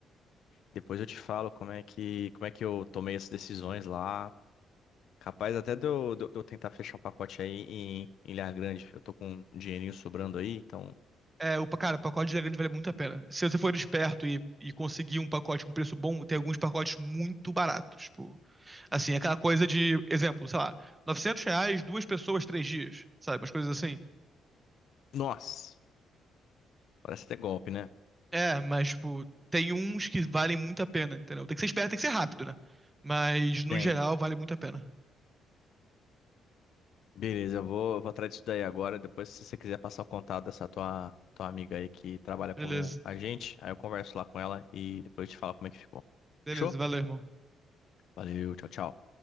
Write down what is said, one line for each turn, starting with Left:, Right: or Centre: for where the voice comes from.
Left: depois eu te falo como é que, como é que eu tomei essas decisões lá. Capaz até de eu, de eu- de eu tentar fechar um pacote aí em, em Ilha Grande. Eu tô com um dinheirinho sobrando aí, então.
Right: É, o, pa- cara, pacote de grande vale é muito a pena. Se você for esperto e, e conseguir um pacote com preço bom, tem alguns pacotes muito baratos. Tipo, assim, aquela coisa de, exemplo, sei lá, 900 reais, duas pessoas, três dias, sabe? Umas coisas assim.
Left: Nossa, parece até golpe, né?
Right: É, mas, tipo, tem uns que valem muito a pena, entendeu? Tem que ser esperto, tem que ser rápido, né? Mas, no
Left: Tem.
Right: geral, vale muito a pena.
Left: Beleza, eu vou, eu vou atrás disso daí agora. Depois, se você quiser passar o contato dessa tua, tua amiga aí que trabalha
Right: Beleza,
Left: como agente, aí eu converso lá com ela e depois eu te falo como é que ficou.
Right: beleza,
Left: Fechou?
Right: valeu, irmão.
Left: Valeu, tchau, tchau.